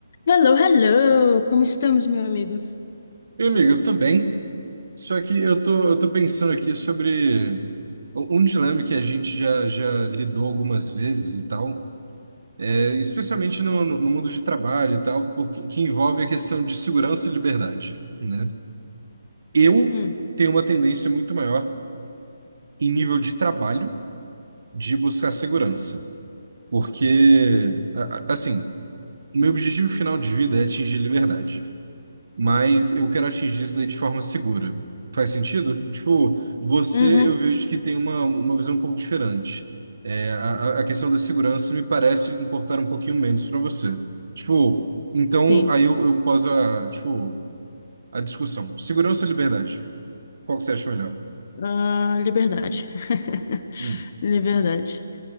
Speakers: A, on the left; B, on the right.
A: Hello, hello! Como estamos, meu amigo?
B: Meu amigo, eu tô bem, só que eu tô, eu tô pensando aqui sobre um um dilema que a gente já, já lidou algumas vezes e tal, é, especialmente no, no no mundo de trabalho e tal, porque, que envolve a questão de segurança e liberdade, né? Eu
A: Hum.
B: tenho uma tendência muito maior em nível de trabalho de buscar segurança, porque, a- a- assim, meu objetivo final de vida é atingir liberdade. mas eu quero atingir isso daí de forma segura. Faz sentido? Tipo, você
A: Uhum.
B: eu vejo que tem uma, uma visão um pouco diferente. É, a, a a questão da segurança me parece importar um pouquinho menos para você. Tipo, então
A: Sim,
B: aí eu, eu poso a, tipo, a discussão. Segurança ou liberdade? Qual que você acha melhor?
A: ah, liberdade. <laughs>
B: Hum,
A: Liberdade.